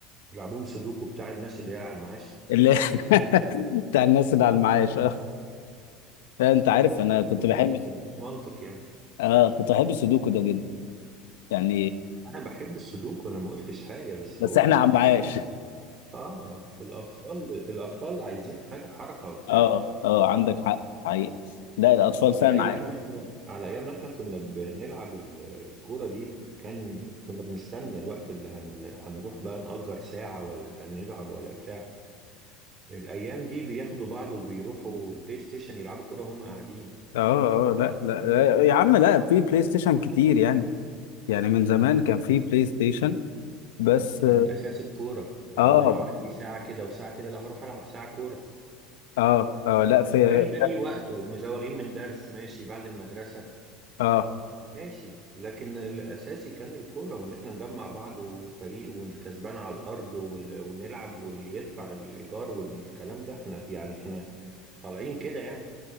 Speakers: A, on the right; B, on the left.
A: يلعبوهم سودوكو بتاع الناس اللي هي على المعاش
B: اللي <laughs> بتاع الناس اللي على المعاش آه. لا انت عارف انا كنت
A: آه بجد
B: بحب
A: مش منطق يعني
B: اه كنت بحب السودوكو ده جدا يعني
A: انا بحب السودوكو انا ما قلتش حاجه بس
B: بس
A: بقول
B: احنا عمعاش
A: الأ- اه الاطفال الاطفال عايزين حاجه حركه وبتاع
B: اه اه عندك حق حقيقة لا الاطفال فعلا
A: على ايامنا
B: عا-
A: احنا على ايامنا احنا كنا بنلعب ال- الكوره دي كان كنا بنستنى الوقت اللي هن... هنروح بقى نأجر ساعه ولا هنلعب ولا بتاع الأيام دي بياخدوا بعض وبيروحوا بلاي ستيشن يلعبوا كورة وهم قاعدين
B: اه اه لا لا لا، يا عم لا في بلاي ستيشن كتير يعني يعني من زمان كان في بلاي ستيشن بس
A: بس كان الأساس الكورة يعني
B: اه
A: أنا لو عندي ساعة كده وساعة كده لا هروح ألعب ساعة كورة
B: اه اه لا في
A: والتاني ده ليه وقته مزوغين من درس ماشي بعد المدرسة
B: اه
A: ماشي لكن الأساسي كان الكورة وإن إحنا نجمع بعض وفريق والكسبان على الأرض وال- ونلعب واللي يدفع الإيجار والكلام ده إحنا يعني إحنا طالعين كده يعني